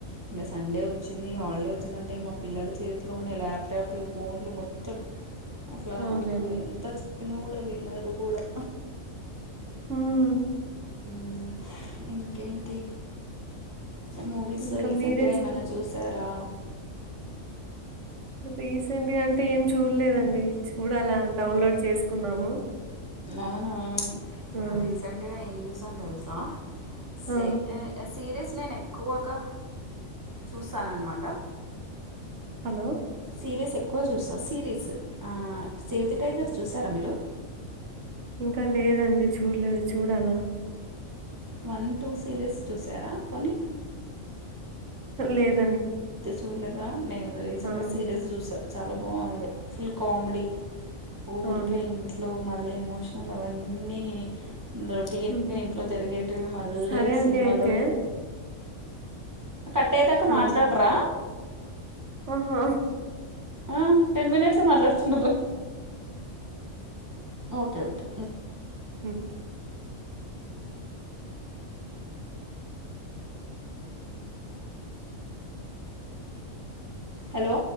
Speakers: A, on the right (about 25°); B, on the right (about 65°).
A: ఇంగా సండే వచ్చింది హాలిడే వచ్చిందంటే మా పిల్లల చేతిలోనే ల్యాప్టాప్లు ఫోన్లు మొత్తం అట్లా
B: అవునులేండి
A: ఎంత చెప్పినా కూడా వినరు కూడా
B: మ్మ్
A: మ్మ్ ఇంకేంటి మూవీస్
B: ఇంకా
A: రీసెంట్
B: మీరే
A: గా ఏమన్నా
B: చెప్ప
A: చూసారా
B: రీసెంట్ గా అంటే ఏం చూడలేదండి చూడాల డౌన్లోడ్ చేసుకున్నాము
A: అవునా నేను
B: ఆ
A: రీసెంట్గా ఏం చూసాను తెలుసా సే
B: ఆ,
A: సీరీస్ నేను ఎక్కువగా చూసాననమాట
B: హలో
A: సిరీస్ ఎక్కువ చూస్తా సిరీస్ ఆ సేవ్ ది టైగర్ చూసారా మీరు
B: ఇంకా లేదండి చూడలేదు చూడాలా
A: వన్ టూ సిరీస్ చూసారా పోనీ
B: లేద్
A: చూడలేదా నేను రీసెంట్
B: ఆ
A: గా సిరీస్ చూసా చాల బాగుంది ఫుల్ కామెడీ ఊరికే
B: అవును
A: ఇంట్లో మళ్ళీ ఎమోషనల్ అవన్నీ రొటీన్గా
B: ఉమ్.
A: ఇంట్లో జిరిగేటివి మళ్ళీ
B: సరే అండి
A: సినిమాలో
B: అయితే
A: కట్టె దాకా
B: హలో
A: మాట్లాడరా
B: హా
A: ఆ టెన్ మినిట్సే మాట్లాడుతున్నరు ఓకే ఓకే
B: హు
A: హెలో